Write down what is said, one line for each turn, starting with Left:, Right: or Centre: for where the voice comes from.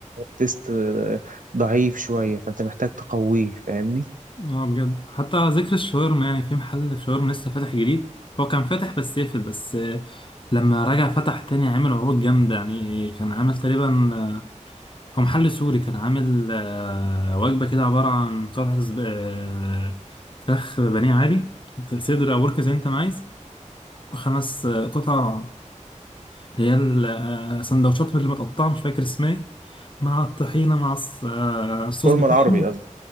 Right: تيست ضعيف شوية فأنت محتاج تقويه فاهمني
Left: اه بجد حتى على ذكر الشاورما يعني في محل شاورما لسه فاتح جديد هو كان فاتح بس قفل بس آه، لما رجع فتح تاني عامل عروض جامده يعني كان عامل تقريبا آه، هو محل سوري كان عامل آه، وجبه كده عباره عن قطعه زب- آه، فراخ بانيه عادي صدر او ورك زي انت ما عايز خمس آه، قطع هي ال- آه، سندوتشات اللي متقطعة مش فاكر اسمها ايه، مع الطحينة مع الص- آه، الصوص
Right: شاورما
Left: بتاعهم
Right: العربي قصدي